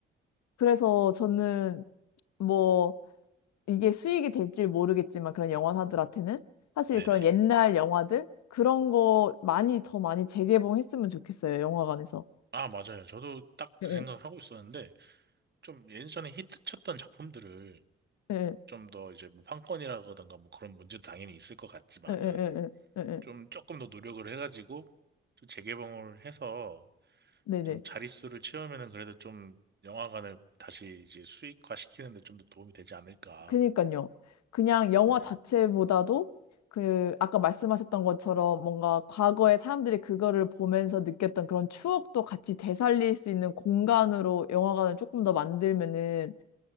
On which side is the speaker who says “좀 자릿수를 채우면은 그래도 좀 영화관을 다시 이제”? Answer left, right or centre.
Right